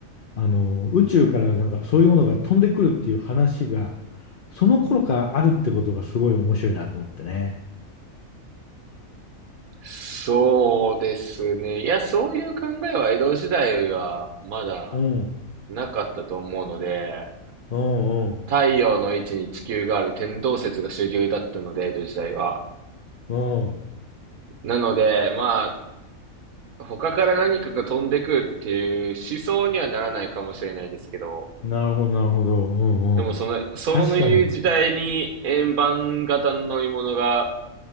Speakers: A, on the left; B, on the right.
A: あの、宇宙からなんかそういうものが飛んでくるっていう話が、その頃からあるってことがすごい面白いなと思ってね。
B: そうですね。いや、そういう考えは江戸時代はまだ
A: うん、
B: なかったと思うので、
A: うん、うん、
B: 太陽の位置に地球がある天動説が主流だったので、江戸時代は。
A: う
B: なので、まあ、他から何かが飛んでくるっていう思想にはならないかもしれないですけど、
A: ん。なるほど、なるほど。うん、
B: でもその、
A: うん。
B: そういう時代に円盤型の乗り物が
A: 確かに、